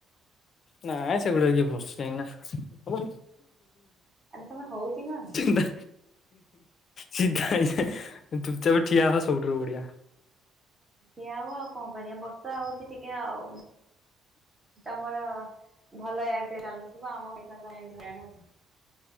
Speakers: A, on the left; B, on the right.
A: ନା ଆ ସେଗୁଡା କିଏ ବସୁଛି ଯାଇକି
B: ଆରେ ତମର ହଉଛି କଣ?
A: ନା ଚ କାଇଁ ଚୁପଚାପ ଠିଆ ହ ସବୁଠାରୁ ବଢିଆ
B: ଠିଆ ହେବା ଆଉ କଣ କରିବା ବର୍ଷା ହଉଛି ଟିକେ ଆଉ ଆମର ଭଲ ଆର୍ଟ ଚାଲୁଥିବ ଆମ ଭଳି କାଇଁ ଏମିତି ହଇରାଣ ହେଉଥିବ